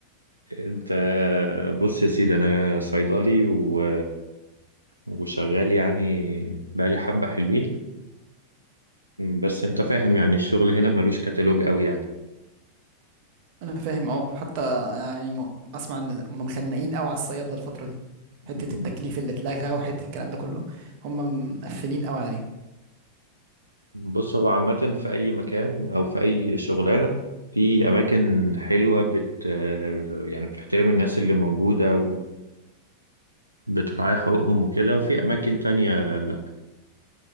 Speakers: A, on the right; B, on the right.
A: انت بص يا سيدي انا صيدلي و... وشغال يعني بقالي حبة حلوين بس انت فاهم يعني الشغل هنا ملوش كتالوج قوي يعني
B: انا فاهم اه حتى يعني م- اسمع ان هم مخنقين قوي على الصيادلة الفترة دي حتة
A: مم.
B: التكليف اللي اتلغى وحتة الكلام ده كله هم مقفلين قوي عليها
A: بص هو عامة في أي مكان أو في أي شغلانة في أماكن حلوة بت يعني بتحترم الناس اللي موجودة بتريح حقوقهم وكده وفي أماكن تانية لأ